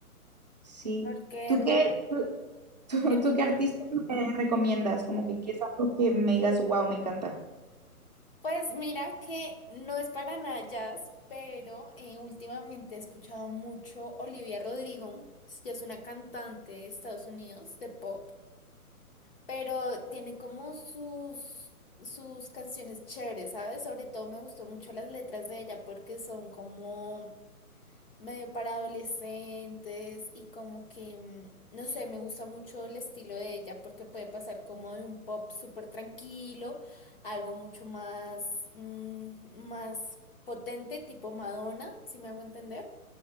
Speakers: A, on the right (about 30°); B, on the left (about 40°).
A: Sí.
B: Porque,
A: ¿Tú qué, tú, tú-
B: dime.
A: tú qué artistas me recomiendas? Como que qué es algo que me digas, wow, me encanta.
B: Pues mira que no es para nada jazz, pero eh, últimamente he escuchado mucho Olivia Rodrigo. Ella es una cantante de Estados Unidos de pop, pero tiene como sus, sus canciones chéveres, ¿sabes? Sobre todo me gustó mucho las letras de ella porque son como medio para adolescentes y como que, mm, no sé, me gusta mucho el estilo de ella porque puede pasar como de un pop súper tranquilo a algo mucho más, mm, más potente, tipo Madonna, si me hago entender.